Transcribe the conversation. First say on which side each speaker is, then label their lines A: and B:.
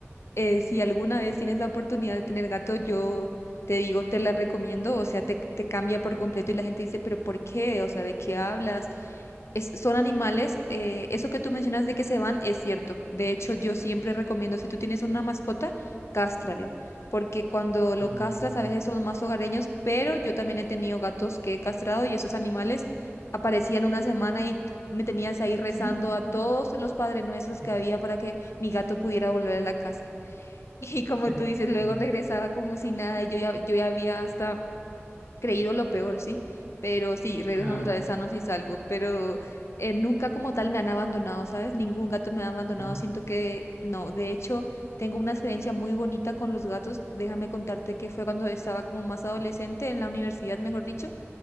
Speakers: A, on the left; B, on the right.
A: eh, si alguna vez tienes la oportunidad de tener gato, yo te digo, te la recomiendo. O sea, te, te cambia por completo y la gente dice, pero ¿por qué? O sea, ¿de qué hablas? es- son animales, eh, eso que tú mencionas de que se van es cierto. De hecho, yo siempre recomiendo, si tú tienes una mascota, cástralo, porque cuando lo
B: Mm,
A: castras a veces son más hogareños, pero yo también he tenido gatos que he castrado y esos animales aparecían una semana y me tenías ahí rezando
B: sí,
A: a todos los Padre Nuestros
B: es,
A: que había para que mi
B: sí,
A: gato pudiera volver a la casa. <laughs> Y como
B: sí,
A: tú dices, luego
B: eh,
A: regresaba como si nada y yo ya, yo ya había hasta creído lo peor, sí, pero sí, regresando
B: claro,
A: otra vez sanos y salvos, pero eh, nunca como tal me han abandonado, ¿sabes? Ningún gato me ha abandonado,
B: ¿no?
A: siento que no, de hecho, tengo una experiencia muy bonita con los gatos, déjame contarte que fue cuando estaba como más adolescente en la universidad, mejor dicho,